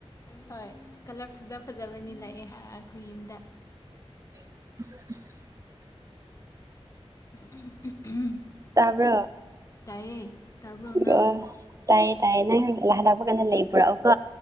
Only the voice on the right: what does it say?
<inaudible>
ꯇꯥꯕ꯭ꯔꯣ
ꯑꯣ
ꯇꯥꯏꯌꯦ ꯇꯥꯏꯌꯦ ꯅꯪ ꯂꯍꯜꯂꯛꯄ ꯀꯥꯟꯗꯥ ꯂꯩ ꯄꯨꯔꯛꯑꯣ ꯀꯣ